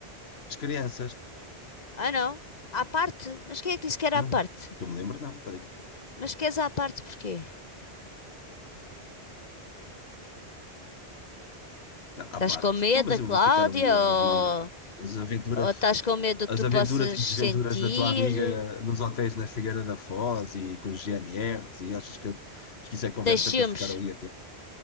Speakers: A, on the left; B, on the left.
A: crianças.
B: Ah, não. À parte? Mas quem é que disse que era
A: Não,
B: à parte?
A: que eu me lembro, não. Quando é que- foi?
B: Mas queres à parte porquê?
A: não, à
B: Estás
A: parte.
B: com medo
A: Então, mas
B: da
A: eu
B: Cláudia
A: vou ficar ali a
B: ou,
A: ouvir eh, as aventuras,
B: ou estás com medo
A: as
B: do que tu
A: aventuras
B: possas
A: e desventuras
B: sentir?
A: da tua amiga nos hotéis na Figueira da Foz e com os GNRs e achas que, eu, acho que isso é conversa
B: Tens ciúmes?
A: para eu ficar ali a ter?